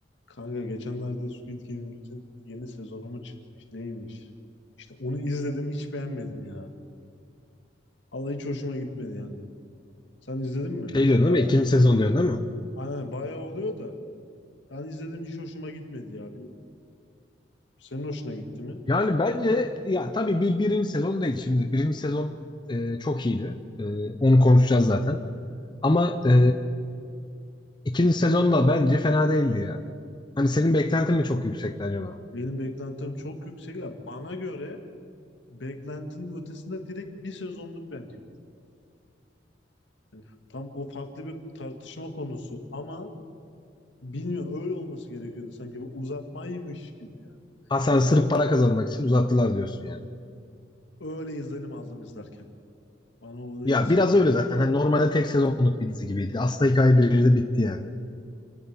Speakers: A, on the left; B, on the left.
A: Kanka geçenlerde Squid Game'in yeni sezonu mu çıkmış? Neymiş? İşte onu izledim hiç beğenmedim ya. Allah hiç hoşuma gitmedi yani. Sen izledin mi?
B: Şey diyorsun
A: Bay
B: değil mi? İkinci sezon diyorsun değil mi?
A: Aynen bayağı oluyor da ben izledim hiç hoşuma gitmedi ya bilmiyorum. Senin hoşuna gitti mi?
B: Yani bence ya tabii bir birinci sezon değil şimdi. Birinci sezon e, çok iyiydi. E, onu konuşacağız zaten. Ama e, ikinci sezon da bence fena değildi ya. Hani senin beklentin mi çok yüksekti acaba?
A: Benim beklentim çok yüksek ya. Bana göre beklentinin ötesinde direkt bir sezonluk bence. Yani tam o farklı bir tartışma konusu ama bilmiyorum öyle olması gerekiyordu sanki bu uzatmaymış gibi yani.
B: Ha sen
A: Zaten
B: sırf para kazanmak için uzattılar diyorsun yani.
A: Öyle izlenim aldım izlerken. Bana onu
B: Ya
A: yansıttı.
B: biraz öyle zaten. Hani normalde tek sezonluk bir dizi gibiydi. Aslında hikaye birinci bitti yani.